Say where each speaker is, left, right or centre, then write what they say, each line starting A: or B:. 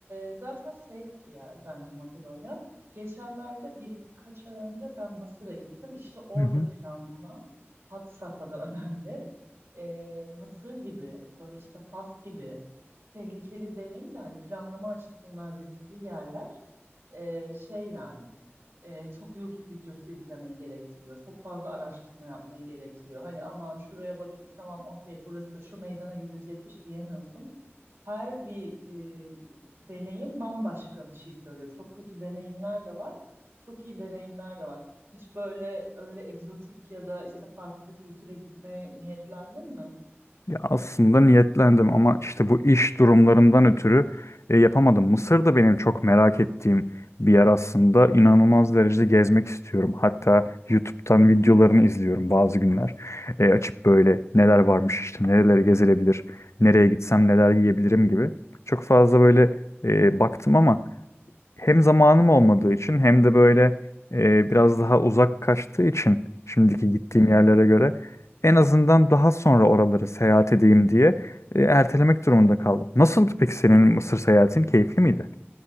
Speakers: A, on the right; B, on the left.
A: e, zaten safe bir yer bence Makedonya. Geçenlerde birkaç ay önce ben Mısır'a gittim. İşte orada
B: Hı hı.
A: planlama had safhada <laughs> önemli. E, Mısır gibi böyle işte Fas gibi tehlikeli demeyeyim de hani planlama açısından riskli yerler e, şey yani. e, çok YouTube videosu izlemeyi gerektiriyor. Çok fazla araştırma yapmayı gerektiriyor. Hani aman şuraya bakayım tamam okey burası şu meydana gidecekmiş diyemiyorsun. Her bir e, deneyim bambaşka bir şey söylüyor. Çok kötü deneyimler de var. Çok iyi deneyimler de var. Hiç böyle öyle egzotik ya da işte farklı bir kültüre gitmeye niyetlendin mi?
B: Ya aslında niyetlendim ama işte bu iş durumlarından ötürü e, yapamadım. Mısır da benim çok merak ettiğim bir yer aslında. İnanılmaz derecede gezmek istiyorum. Hatta YouTube'dan videolarını izliyorum bazı günler. E, açıp böyle neler varmış işte nereleri gezilebilir, nereye gitsem neler yiyebilirim gibi. Çok fazla böyle e, baktım ama hem zamanım olmadığı için hem de böyle e, biraz daha uzak kaçtığı için şimdiki gittiğim
A: Hı hı.
B: yerlere göre en azından daha sonra oraları seyahat edeyim diye e, ertelemek durumunda kaldım. Nasıldı peki senin Mısır seyahatin? Keyifli miydi?